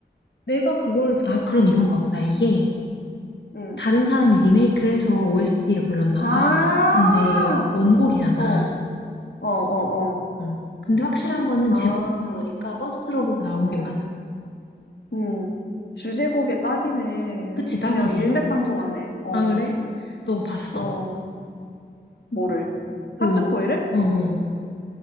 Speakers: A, on the left; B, on the left.
A: 내가 그걸, 아, 그럼 이건가 보다. 이게
B: 응.
A: 다른 사람이 리메이크를 해서 OST를 불렀나
B: 아,
A: 봐. 근데 원곡이잖아.
B: 어, 어, 어, 어.
A: 어. 근데 확실한 거는
B: 아,
A: 제목도 그러니까 버스트 러브가 나온
B: 응.
A: 게 맞아.
B: 음, 주제곡에 딱이네.
A: 그치, 딱이지.
B: 그냥 일맥상통하네. 어,
A: 아, 그래? 너 봤어?
B: 어, 뭐를?
A: 그,
B: 하츠코이를?
A: 어, 어.